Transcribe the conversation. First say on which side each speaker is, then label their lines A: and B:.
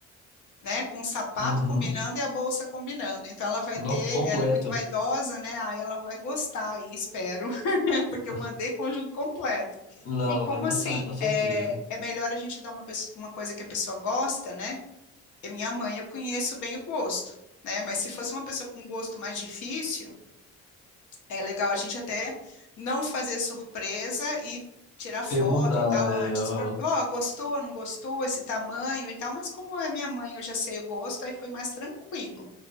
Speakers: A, on the left (about 75°); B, on the left (about 55°).
A: né, com sapato
B: Uhum.
A: combinando e a bolsa combinando. Então ela vai ter,
B: No, completo.
A: ela é muito vaidosa, né? Aí ela vai gostar aí, espero, <laughs>
B: <laughs>
A: porque eu mandei conjunto completo.
B: Não,
A: E como
B: vai gostar
A: assim,
B: com certeza.
A: é, é melhor a gente dar uma, pesso- uma coisa que a pessoa gosta, né? E minha mãe, eu conheço bem o gosto, né? Mas se fosse uma pessoa com gosto mais difícil é legal a gente até não fazer surpresa e tirar foto
B: Perguntar,
A: e tal
B: é,
A: antes
B: aham.
A: para, ó, gostou, não gostou, esse tamanho e tal, mas como é minha mãe, eu já sei o gosto, aí foi mais tranquilo,